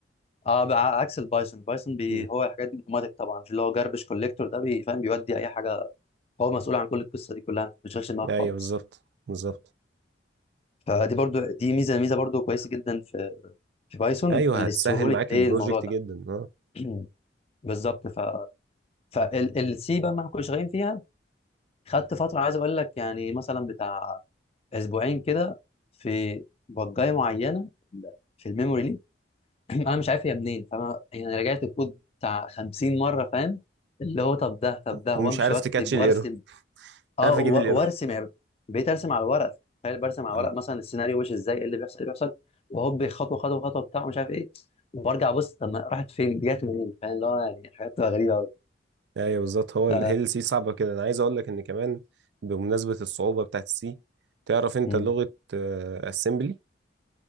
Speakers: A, on the left (about 35°); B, on the right (about 65°).
A: اه بع- عكس البايثون البايثون بي...
B: مم.
A: هو الحاجات دي اوتوماتيك طبعا في اللي هو جاربش كوليكتور ده بيفهم بيودي اي حاجه هو مسؤول عن كل القصه دي كلها انت ما بتشغلش دماغك
B: ايوه
A: خالص
B: بالظبط بالظبط
A: فدي برضو دي ميزه ميزه برضو كويسه جدا في في بايثون
B: ايوه
A: اللي
B: هتسهل
A: سهوله
B: معاك
A: ايه
B: البروجكت
A: الموضوع ده
B: جدا اه
A: <clears throat> بالظبط ف فالسي بقى ما كناش شغالين فيها خدت فترة عايز أقول لك يعني مثلا بتاع أسبوعين كده في بجاية معينة في الميموري ليك <clears throat> أنا مش عارف هي منين فأنا يعني رجعت الكود بتاع 50 مرة فاهم اللي هو طب ده طب ده
B: ومش
A: وأمشي
B: عارف
A: وأكتب
B: تكاتش
A: وأرسم
B: الايرور
A: أه
B: مش عارف
A: و-
B: اجيب الايرور
A: وأرسم يعني بقيت أرسم على ورق تخيل برسم على
B: اه
A: ورق مثلا السيناريو ماشي إزاي إيه اللي بيحصل إيه اللي بيحصل وهوب خطوة خطوة خطوة بتاع مش عارف إيه وبرجع أبص طب ما راحت فين دي جت منين فاهم اللي هو يعني حاجات بتبقى غريبة أوي
B: ايوه بالظبط هو
A: ف
B: ال- هي السي صعبه كده انا عايز اقول لك ان كمان بمناسبه الصعوبه بتاعت السي تعرف انت
A: <clears throat>
B: لغه اسمبلي